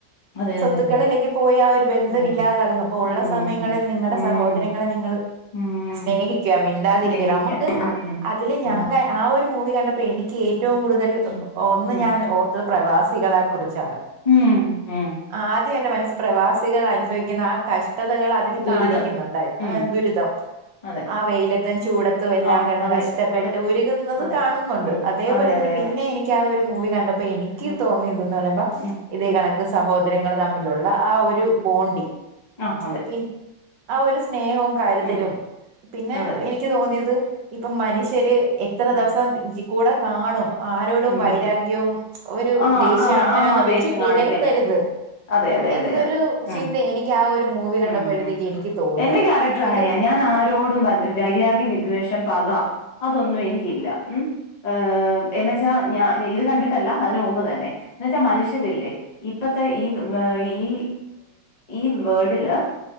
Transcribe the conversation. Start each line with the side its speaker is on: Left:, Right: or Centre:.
Left: അതെ
Right: സ്വത്തുക്കളിലേക്ക്
Left: അതെ അതെ അതെ
Right: പോയി ആ ഒരു ബന്ധവി
Left: ആഹ്
Right: ഇല്ലാതാകുന്നു അപ്പൊ ഉള്ള
Left: ഉം
Right: സമയങ്ങളിൽ നിങ്ങളുടെ
Left: ഉം
Right: സഹോദരങ്ങളെ നിങ്ങള്
Left: ഉം
Right: സ്നേഹിക്കാം മിണ്ടാതിരിക്കുക
Left: സ്നേഹിക്കാൻ
Right: നമുക്ക് അതില് ഞാൻ
Left: ഉം
Right: കൺ ആ ഒരു മൂവി കണ്ടപ്പോ അപ്പ എനിക്ക് ഏറ്റവും
Left: ഉം
Right: കൂടുതൽ
Left: ഉം
Right: ഒന്ന്
Left: ഉം
Right: ഞാൻ ഓർത്തത് പ്രവാസികളാ ച്ചാണ്
Left: ഉം ഉം ഉം
Right: ആദ്യം എന്റെ മനസ്സിൽ പ്രവാസികൾ അനുഫവിക്കുന്ന
Left: ഉം
Right: ആ കഷ് വക്തകൾ അതിൽ
Left: ദുരിതം
Right: കാണിക്കുന്നുണ്ട്
Left: ഉം
Right: ആ ദുരിതം
Left: അതെ
Right: ആ വെയിലത്തും ചൂടത്തു ത്തും എല്ലാം
Left: ആഹ്
Right: കിടന്ന്
Left: അതെ
Right: കഷ്ടപ്പെട്ട്
Left: അതെ
Right: ഉരുകുന്നത്
Left: അതെ
Right: കാണുന്നുണ്ട്
Left: ഉം
Right: അതേപോലെ
Left: അതെ അതെ
Right: തന്നെ പിന്നേം
Left: അതെ
Right: എനിക്ക് ആ ഒരു മൂവി കണ്ട അപ്പൊ എനിക്ക്
Left: ഉം
Right: തോന്നിയതെന്നു
Left: ഉം
Right: പറയുമ്പോ
Left: ഉം
Right: ഇതേ കണക്ക് സഹോദരങ്ങൾ തമ്മിലുള്ള ആ ഒരു ബോണ്ടിങ്
Left: ആ അതെ
Right: പി ആ ഒരു സ്നേഹവും കാരുതലും
Left: ഉം
Right: പിന്നെ
Left: അതെ
Right: എനിക്ക് തോന്നിയത് ഇപ്പം മനുഷ്യര് എത്ര
Left: ഉം
Right: ദിവസം കൂടെ കാണും ആരോടും
Left: ഉം
Right: വൈരാഗ്യവും ഒരു
Left: ആഹ്
Right: ദേഷ്യവും
Left: കാ
Right: അങ്ങനെ
Left: ആഹ്
Right: ഒന്നും വെച്ച്
Left: ദേഷ്യം
Right: പുലർത്തരുത്
Left: കാണിക്കല്ല ഉം അതെ അതെ
Right: എന്നൊരു
Left: അതെ അതെ ഉം
Right: ചിന്ത എനിക്ക് ആ ഒരു മൂവി കണ്ടപ്പോഴത്തേക്ക്
Left: ഉം
Right: എനിക്ക് തോന്നി
Left: എന്റെ ക്യാരക്ടർ
Right: എനിക്ക്
Left: അങ്ങനെയാ ഞാൻ ആരോടും <unintelligible> വൈരാഗ്യം വിദ്വേഷം പക അതൊന്നും എനിക്കില്ല മം എഹ് എനെ ഞാ ഞാൻ ഇത് കണ്ടിട്ടല്ല അതിന് മുമ്പ് തന്നെ എന്നു വെച്ചാൽ മനുഷ്യരില്ലേ ഇപ്പത്തെ ഈ ഈ ഈ വേൾഡില്